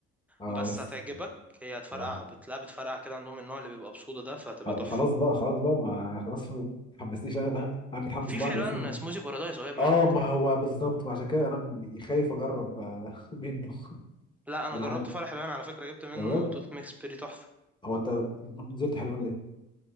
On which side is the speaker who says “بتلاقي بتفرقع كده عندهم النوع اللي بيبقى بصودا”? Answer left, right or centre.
Centre